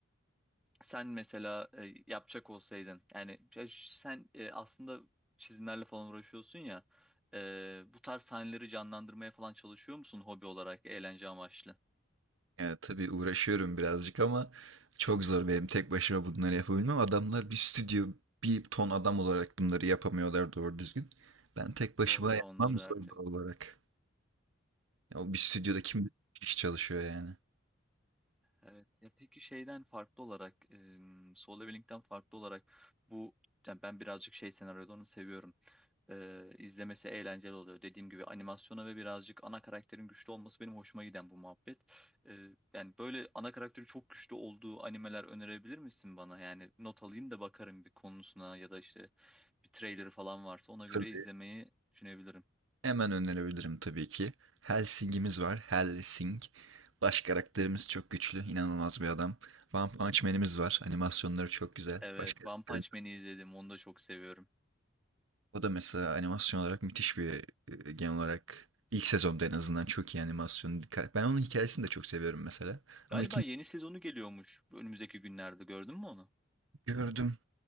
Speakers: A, in the centre; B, on the right.
A: Sen mesela e, yapacak olsaydın yani ya ş- sen e, aslında çizimlerle falan uğraşıyorsun ya e, bu tarz sahneleri canlandırmaya falan çalışıyor musun hobi olarak eğlence amaçlı?
B: Ya tabii uğraşıyorum birazcık ama çok zor benim tek başıma bunları yapabilmem. Adamlar bir stüdyo, bir ton adam olarak bunları yapamıyorlar doğru düzgün. Ben tek başıma
A: Doğru ve
B: yapmam
A: onları
B: zor
A: ertele.
B: doğal olarak. Ya o bir stüdyoda kim kişi çalışıyor yani.
A: Evet. Ya peki şeyden farklı olarak, e, Solo Leveling'den farklı olarak bu yani ben birazcık şey senaryolarını seviyorum. E, izlemesi eğlenceli oluyor. Dediğim gibi animasyona ve birazcık ana karakterin güçlü olması benim hoşuma giden bu muhabbet. E, yani böyle ana karakteri çok güçlü olduğu animeler önerebilir misin bana? Yani not alayım da bakarım bir konusuna ya da işte bir trailerı falan varsa ona göre
B: Tabii.
A: izlemeyi düşünebilirim.
B: Hemen önerebilirim tabii ki. Helsing'imiz var. Helsing. Baş karakterimiz çok güçlü. inanılmaz bir adam. One Punch Man'imiz var. Animasyonları çok güzel.
A: Evet,
B: Baş karakterimiz.
A: One Punch Man'i izledim. Onu da çok seviyorum.
B: O da mesela animasyon olarak müthiş bir e, genel olarak ilk sezonda en azından çok iyi animasyon. Dikkat- Ben onun hikayesini de çok seviyorum mesela.
A: Galiba
B: Ama ikinci
A: yeni sezonu geliyormuş önümüzdeki günlerde gördün mü onu?
B: gördüm.